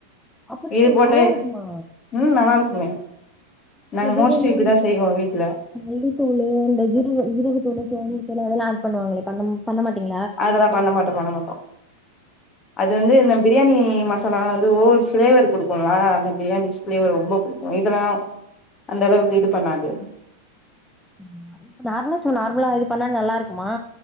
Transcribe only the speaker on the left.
இது போட்டு
ம் நல்லா இருக்குமே
நாங்க
மோஸ்ட்லி
இப்டி தா செய்வோ வீட்ல
அதெல்லா பண்ண மாட்டோ பண்ண மாட்டோ அது வந்து இந்த பிரியாணி மசாலா வந்து ஓவர் பிளேவர் குடுக்குல்ல அந்த பிரியாணி ப்லேவர் ரொம்ப குடுக்கு இதெல்லா அந்த அளவுக்கு இது பண்ணாது